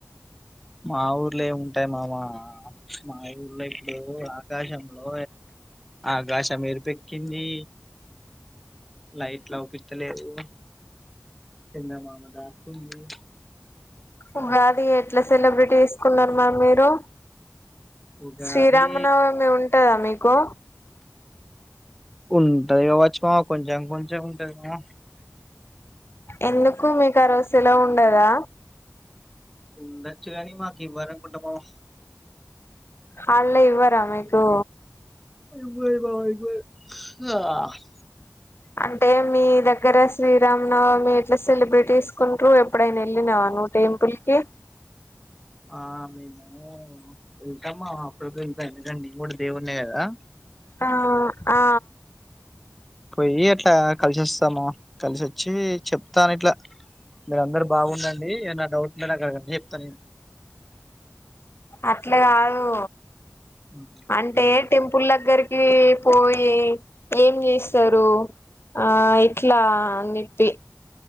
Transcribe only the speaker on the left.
ఉగాది ఎట్లా సెలబ్రేటీ తీసుకున్నారు మ్యామ్ మీరు
శ్రీరామనవమి ఉంటాదా మీకు
ఎందుకు మీకు ఆరోజూ సెలవు ఉండదా
హల్ లెవ్ ఇవ్వరా మీకు
అంటే మీ దగ్గర శ్రీరామ నవమి ఎట్లా సెలబ్రేట్ చేసుకుంటూరు ఎప్పుడైనా వెళ్ళిన్నావ నువ్వు టెంపుల్ కి
ఆ ఆ
అట్ల కాదు
అంటే టెంపుల్ దగ్గరిక్ కి పోయి ఏం జెస్తరు ఆ ఇట్లా అన్ జెప్పి